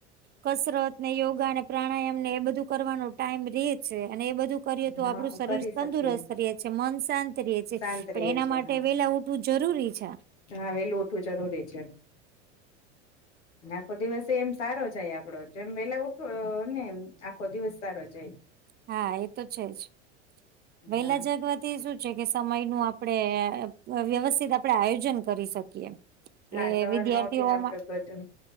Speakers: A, on the right; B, on the left.
A: કસરત ને યોગા ને પ્રાણાયામ ને એ બધું કરવાનો ટાઈમ રે છે અને એ બધું કરીએ તો
B: હા
A: આપણું શરીર
B: કરી શકીએ
A: તંદુરસ્ત રહે છે મન શાંત ર છે
B: શાંત
A: પણ
B: રએ
A: એના
B: છે
A: માટે
B: હા
A: વેલા તું જરૂરી છ
B: હા વેલુંઠવું જરૂરી છે આખો દિવસ એમ સારો જાય આપડો જેમ વેલા ઉઠો ને એમ આખો દિવસ સારો જાય
A: હા એ તો છે જ વહેલા
B: હા
A: જાગવા તે શું છે કે સમય નું આપડણે વ્યવસ્થિત આપણેે આયોજન કરી શકીએ કે
B: હા સવારમાં
A: વિદ્યાર્થીઓમાં
B: ઉઠીને આપડે બધું